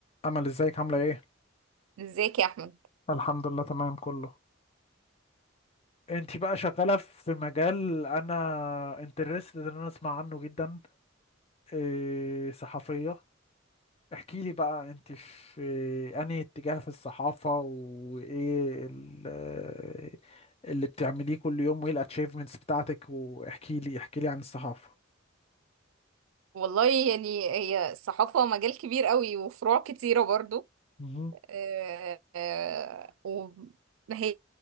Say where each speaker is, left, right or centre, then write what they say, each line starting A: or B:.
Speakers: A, on the left; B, on the right.
A: امل ازيك عامله ايه
B: ازيك يا احمد
A: الحمد لله تمام كله انتي بقى شغاله في مجال انا انترستد ان انا اسمع عنه جدا إيه صحفيه احكي لي بقى انتي في انهي اتجاه في الصحافه وايه ال- آه، اللي بتعمليه كل يوم وايه الاتشيفمنتس بتاعتك واحكي لي احكي لي عن الصحافه
B: والله يعني هي الصحافة مجال كبير قوي وفروع كتيرة برضو
A: مهم.
B: آه، آه، وهي